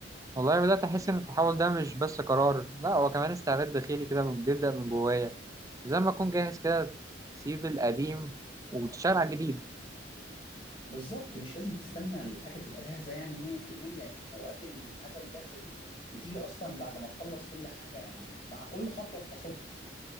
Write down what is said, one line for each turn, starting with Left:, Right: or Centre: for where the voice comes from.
Right: والله بدات احس ان التحول ده مش بس قرار لا هو كمان استعداد داخلي كده بيبدا من جوايا زي ما اكون جاهز كده تسيب القديم وتشتغل على الجديد
Left: بالظبط مش لازم تستنى الحاجة تبقى جاهزة يعني 100% أوقات الحاجة الجاهزة دي بتيجي أصلا بعد ما تخلص كل حاجة يعني مع كل خطوة بتاخدها